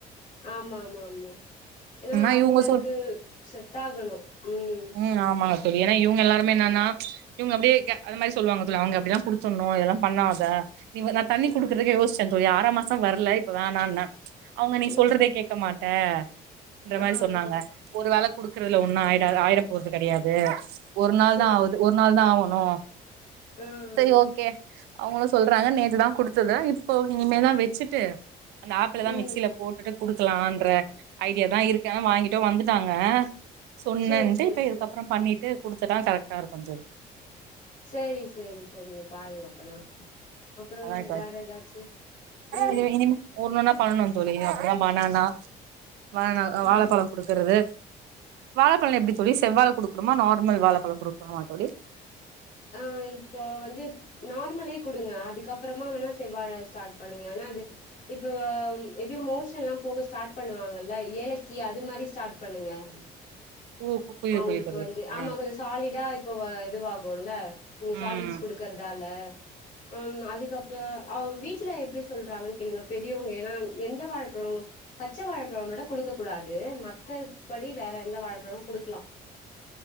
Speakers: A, on the left; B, on the right.
A: ஆமா ஆமா ஆமா ஏனா
B: ஆனா
A: அவுங்களுக்கு
B: இவங்க சொல்
A: செட்டாகணு ம்
B: ம் ஆமாங்க தோழி ஏனா இவ்ங்க எல்லாருமே என்னனா இவங்க அப்டியே அது மாரி சொல்லுவாங்க தோழி அவ்ங்க அப்டிதா குடுத்துர்னு இதெல்லா பண்ணாத இவ்வ நான் தண்ணி
A: ம்
B: குடுக்குறக்கே யோச்சேன் தோழி ஆறா மாசோ வர்ல இப்ப வேணாண்ண அவ்ங்க நீ
A: ம்
B: சொல்றதே
A: ம்
B: கேக்க மா ட்ட இந்த
A: ஆ ஆ
B: மாரி சொன்னாங்க ஒரு வேல குடுக்கறதுல ஒன்னு ஆய்டாது ஆயிர போற்து கெடையாது ஒரு நாள்தா
A: சேரி
B: ஆவுது
A: சேரி
B: ஒரு நாள்தா ஆவனு
A: ஆ ஆ
B: செரி ஒகே அவுங்களு சொல்றாங்க நேத்துதா குடுத்ததா இப்போ இனிமேதா வச்சுட்டு அந்த ஆப்பிளலா
A: ம்
B: மிக்ஸில போ ட்டு குடுக்கலாம்ன்ற ஐடியாதா இருக்கு ஆனா வாங்கிட்டு வந்துட்டாங்க சொன்னன்ட்டு
A: சேரி சேரி
B: இப்ப இதுக்கப்புறம்
A: சேரி
B: பண்ணிட்டு குடுத்துட்டா கரெக்ட்டா இருக்குன் தோழி
A: சேரி சேரி சேரிங்க பாருங்க பண்லா அப்புறோ
B: அதா இப்ப
A: வேற எதாச்சு ம்
B: இது இனிமே ஒன்னொன்னா பண்ணணு தோழி அப்புறோ பனானா பனானா அ
A: ம்
B: வாழப்பழோ குடுக்குறது வாழப்பழ்னா எப்டி தோழி செவ்வாழ குடுக்குணுமா நார்மல் வாழப்பழோ குடுக்கணுமா தோழி
A: ஆ இப்ப வந்து நார்மலே குடுங்க அதுக்கப்புறமா வேணா செவ்வாழ ஸ்டாட் பண்ணுங்க ஆனா அது இப்ப எப்டியு மோஷன்லா போக ஸ்டாட் பண்ணுவாங்கல்ல ஏலக்கி அது மாரி ஸ்டாட் பண்ணுங்க ம்
B: ஓ புரியுது
A: அவுங்ளுக்கு
B: புரியுது தோழி
A: வந்து ஆமா
B: ஆ
A: கொஞ்சோ சாலிடா இப்ப வ இதுவாகுல நீங்க சாலிட்ஸ்
B: ம்
A: குடுக்கறதால ஆ ம் அதுக்கப்ப அவ் வீட்ல எப்டி சொல்றாங்கன் கேளுங்க பெரியவ்ங்க ஏனா எந்த வாழப்பழோ பச்ச வாழப்பழோ மட்டு குடுக்க கூடாது மத்த படி வேற எந்த வாழப்பழமு குடுக்குலா